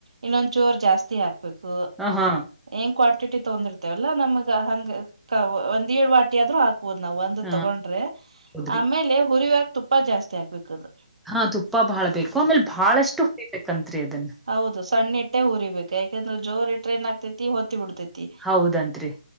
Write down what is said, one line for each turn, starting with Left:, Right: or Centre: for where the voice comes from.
Right: ಇನ್ನೊಂದ ಚೂರ್ ಜಾಸ್ತಿ ಹಾಕ್ಬೇಕು
Centre: ಹಾ ಹಾ
Right: ಏನ್ ಕ್ವಾಂಟಿಟಿ ತೊಂದ್ರ ಇಂಥವೆಲ್ಲ ನಮ್ಗ ಹಂಗ ಒಂದ್ ಏಳ ವಾಟಿ ಆದ್ರೂ ಹಾಕ ಹು ನಾವ್ ಒಂದ
Centre: ಹಾ
Right: ತಗೊಂಡ್ರೆ
Centre: ಹೌದ್ರಿ.
Right: ಆಮೇಲೆ ಹುರಿಯುವಾಗ ತುಪ್ಪ ಜಾಸ್ತಿ ಹಾಕ್ಬೇಕ ಅದ
Centre: ಹಾ ತುಪ್ಪ ಬಾಳ್ ಬೇಕು ಆಮೇಲ್ ಬಾಳಷ್ಟು ಹುರಿಬೇಕಂತ್ರಿ ಅದನ್
Right: ಹೌದು ಸಣ್ಣ ಇಟ್ಟೇ ಹುರಿಬೇಕು ಯಾಕೆಂದ್ರೆ ಜೋರಿ ಟ್ರೈನ್ ಆಗ್ತೈತಿ ಹೊತ್ತಿ ಬಿಡ್ತೈತಿ.
Centre: ಹೌದನ್ರಿ